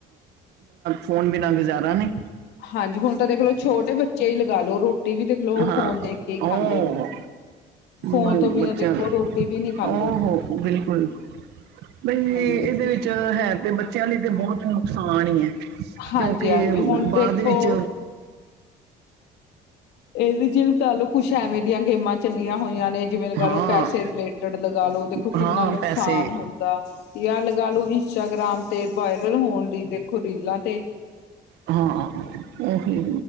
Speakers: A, on the right; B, on the left.
A: ਫ਼ੋਨ ਬਿਨਾਂ ਗੁਜ਼ਾਰਾ ਨੀ।
B: ਹਾਂਜੀ ਹੁਣ ਤਾਂ ਦੇਖ ਲੋ ਛੋਟੇ ਬੱਚੇ ਹੀ ਲਗਾ ਲਓ ਰੋਟੀ ਵੀ ਦੇਖਲੋ ਉਹ
A: ਹਾਂ
B: ਫੋਨ ਦੇਖ ਕੇ ਹੀ
A: ਉਹ
B: ਖਾਂਦੇ ਨੇ। ਫੋਨ
A: ਬ
B: ਤੋਂ ਬਿਨਾਂ
A: ਬੱਚਾ
B: ਦੇਖੋ ਰੋਟੀ ਵੀ ਨਹੀਂ ਖਾਂਦੇ
A: ਓ ਹੋ ਬਿਲਕੁਲ। ਬਈ
B: ਹਾਂਜੀ,
A: ਇਹਦੇ ਵਿੱਚ ਹੈ ਤੇ ਬੱਚਿਆਂ ਲਈ ਤੇ ਬਹੁਤ ਨੁਕਸਾਨ ਹੀ ਹੈ।
B: ਹਾਂਜੀ,
A: ਕਿਉਂਕਿ
B: ਹਾਂਜੀ ਹੁਣ
A: ਬਾਅਦ
B: ਦੇਖੋ
A: ਵਿੱਚ
B: ਅਹਵੀ ਚ ਗੱਲ ਕੁਛ ਐਵੇਂ ਦੀਆਂ ਗੇਮਾਂ ਚੱਲੀਆਂ ਹੋਈਆਂ ਨੇ। ਜਿਵੇਂ ਲਗਾ
A: ਹਾਂ
B: ਲਓ ਪੈਸੇ ਰਿਲੇਟਡ ਲਗਾ ਲਓ ਦੇਖੋ ਕਿੰਨਾ
A: ਹਾਂ
B: ਨੁਕਸਾਨ
A: ਪੈਸੇ
B: ਹੁੰਦਾ। ਦਾ ਜਾਂ ਲਗ ਲੂ ਇੰਸਟਾਗ੍ਰਾਮ ਤੇ ਵਾਇਰਲ ਹੋਣ ਲਈ ਦੇਖੋ ਰੀਲਾਂ ਤੇ
A: ਹਾਂ ਉਹੀ।